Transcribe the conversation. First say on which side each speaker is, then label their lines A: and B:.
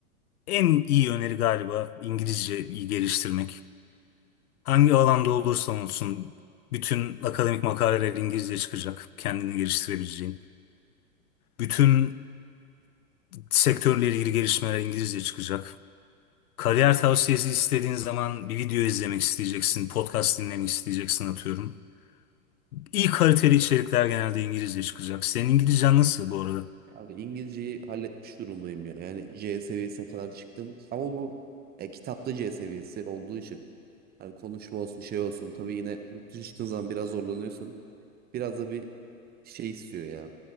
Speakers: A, on the left; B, on the right.
A: En iyi öneri galiba İngilizce iyi geliştirmek. Hangi alanda olursa olsun bütün akademik makaleler İngilizce çıkacak. Kendini geliştirebileceğin. Bütün sektörle ilgili gelişmeler İngilizce çıkacak. Kariyer tavsiyesi istediğin zaman bir video izlemek isteyeceksin, podcast dinlemek isteyeceksin atıyorum. İyi kaliteli içerikler genelde İngilizce çıkacak. Senin İngilizcen nasıl bu arada?
B: Abi İngilizceyi halletmiş durumdayım ya. Yani C seviyesine kadar çıktım. Ama bu e, kitapta C seviyesi olduğu için hani konuşma olsun şey olsun. Tabii yine yurt dışına çıktığın zaman biraz zorlanıyorsun. Biraz da bir şey istiyor ya.